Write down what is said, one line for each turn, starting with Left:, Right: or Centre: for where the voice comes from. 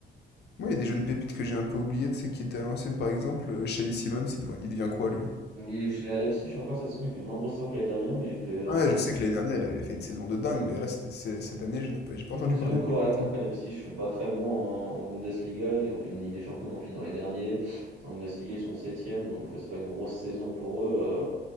Left: Moi il y a des jeunes pépites que j'ai un peu oubliées, tu sais, qui étaient à l'ancienne par exemple, euh, Xavi Simons, il devient, il devient quoi lui?
Right: Il je l'ai à Leipzig encore cette saison, il fait une moins grosse saison que l'année dernière, mais il fait encore
Left: Ouais, je sais que l'année dernière il avait fait une saison de dingue,
Right: une, mmh.
Left: mais là c'était- c'est- cette année je n'ai pas... j'ai pas
Right: il
Left: entendu
Right: fait une saison
Left: parler
Right: correcte.
Left: de lui du tout.
Right: Après, Leipzig ne sont pas très bons en, en Bundesliga, ils ont fait une Ligue des Champions, ils ont fini dans les derniers. En Bundesliga, ils sont septième, donc euh, c'est pas une grosse saison pour eux,